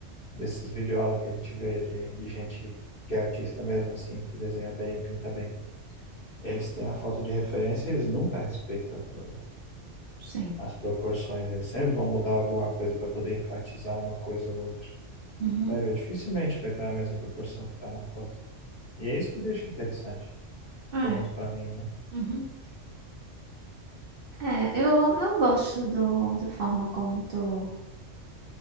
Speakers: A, on the left (about 45°); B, on the right (about 50°).
A: desses videoaulas que a gente vê de, de gente que é artista mesmo, assim, que desenha bem, pinta bem Eles têm a foto de referência e eles nunca respeitam aquilo ali.
B: sim.
A: As proporções, eles sempre vão mudar alguma coisa para poder enfatizar uma coisa ou outra.
B: Uhum,
A: Vai ver, dificilmente vai estar a mesma proporção que está na foto. E é isso que deixa interessante,
B: é.
A: pelo menos para mim, né?
B: Uhum. É, eu, eu gosto do, da forma como tu,